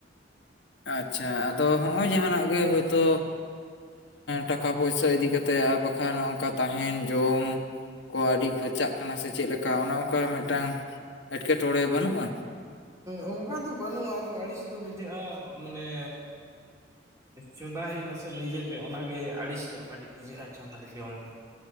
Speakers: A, on the left (about 65°); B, on the right (about 15°).
A: ᱟᱪᱪᱷᱟ ᱟᱫᱚ ᱦᱚᱸᱜ-ᱚᱭ
B: ᱦᱩᱸ
A: ᱡᱟᱦᱟᱱᱟᱜ ᱜᱮ ᱛᱚ ᱴᱟᱠᱟ ᱯᱚᱭᱥᱟ ᱤᱫᱤ ᱠᱟᱛᱮᱫ ᱟᱨ ᱵᱟᱠᱷᱟᱱ ᱱᱚᱝᱠᱟ ᱛᱟᱦᱮᱱ ᱡᱚᱢ ᱠᱚ ᱟᱹᱰᱤ ᱠᱷᱚᱨᱪᱟᱜ ᱠᱟᱱᱟ ᱥᱮ ᱪᱮᱫᱠᱟ ᱚᱱᱮ ᱚᱱᱠᱟ ᱢᱤᱫᱴᱟᱝ ᱮᱸᱴᱠᱮᱴᱚᱬᱮ ᱵᱟᱹᱱᱩᱜ-ᱟ᱾
B: ᱚᱱᱠᱟ ᱫᱚ ᱵᱟᱹᱱᱩᱜ-ᱟ ᱟᱫᱚ ᱟᱹᱲᱤᱥ ᱫᱚ ᱵᱩᱡᱷᱟᱹᱜ-ᱟ᱾ ᱢᱟᱱᱮ ᱪᱚᱸᱫᱟ ᱦᱩᱭᱩᱜ-ᱟ ᱥᱮ ᱱᱤᱡᱮᱛᱮ ᱚᱱᱟᱜᱮ ᱟᱹᱲᱤᱥ ᱧᱚᱜ ᱠᱟᱹᱴᱤᱡ ᱵᱩᱡᱷᱟᱹᱜ-ᱟ ᱪᱚᱸᱫᱟ ᱡᱚᱢ